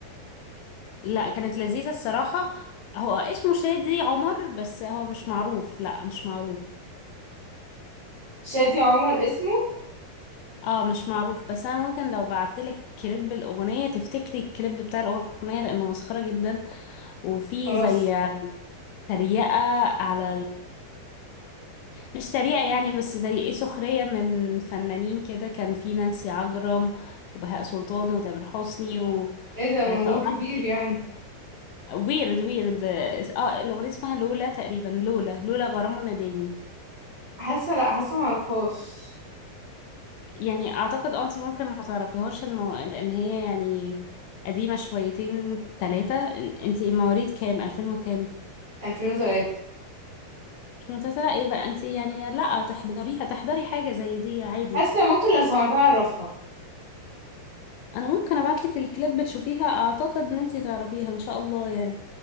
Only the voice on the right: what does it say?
شادي عمر اسمه
خلاص
ايه ده الموضوع
كبير
يعني
حاسه لا حاسه ما اعرفهاش
2003
حاسه ممكن لو سمعتها اعرفها